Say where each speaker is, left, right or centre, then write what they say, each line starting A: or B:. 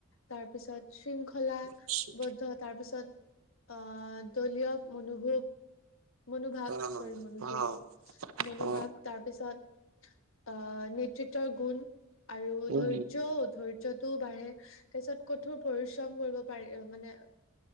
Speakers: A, on the left; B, on the right.
A: তাৰ পিছত শৃংখলা
B: আচ্ছা।
A: বদ্ধত তাৰপিছত অ দলীয় মনোভোগ মনোভাৱ
B: অ
A: চৰি মনো
B: অ
A: মনোভাৱ
B: উম,
A: তাৰপিছত আহ নেতৃত্বৰ গুণ আৰু
B: অ',
A: ধৈৰ্যও ধৰ্য যতো বাঢ়ে তাৰ পিছত কঠোৰ পৰিশ্ৰম কৰিব পাৰি মানে